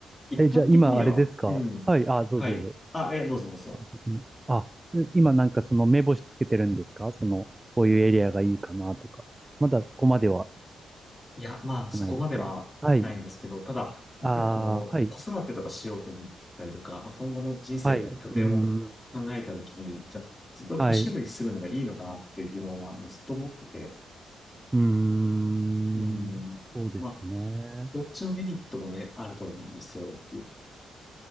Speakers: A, on the left; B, on the right.
A: 一般的には、
B: え、じゃあ今あれですかはい、
A: うん。
B: あ、どうぞどうぞ。
A: はい。あ、え、どうぞどうぞ。
B: 完璧に。あ、今なんかその目星つけてるんですかその、こういうエリアがいいかなとか。まだそこまでは
A: いや、まあ、そこまではないんですけど、
B: じゃないですか。はい。
A: ただ、やっぱりこの、
B: ああ、はい。
A: 子育てとかしようと思ったりとか、まあ今後の人生の拠点を考えたときに、
B: はい。うーん。
A: じゃあ、ずっと都市部に住むのがいいのかなっていう疑問はずっと思ってて、
B: はい。うーん。
A: うん。
B: そうですよね。
A: まあ、どっちのメリットもね、あると思うんですよ。